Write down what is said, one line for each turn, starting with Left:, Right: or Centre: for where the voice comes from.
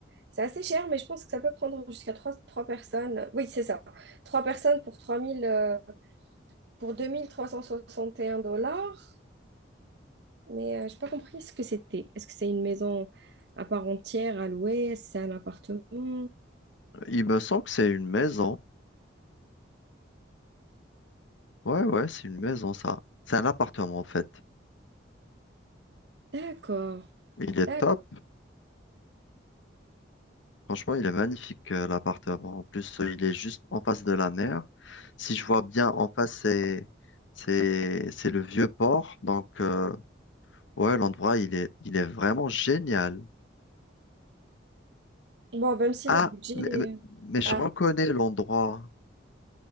Right: C'est assez cher, mais je pense que ça peut prendre jusqu'à trois trois personnes. Oui, c'est ça. Trois personnes pour 3000, euh, pour 2361 dollars. Mais je j'ai pas compris ce que c'était. Est-ce que c'est une maison à part entière à louer? Est-ce que C'est un appartement?
Left: Il me semble que c'est une maison. Ouais, ouais, c'est une maison, ça. C'est un appartement, en fait.
Right: D'accord,
Left: Il est
Right: d'accord.
Left: top. Franchement, il est magnifique, euh, l'appartement. En plus, euh, il est juste en face de la mer. Si je vois bien, en face, c'est, c'est, c'est le vieux port. Donc, euh, ouais, l'endroit, il est, il est vraiment génial.
Right: Bon, même si
Left: Ah,
Right: le budget...
Left: mais, mais- mais je
Right: Ah,
Left: reconnais l'endroit.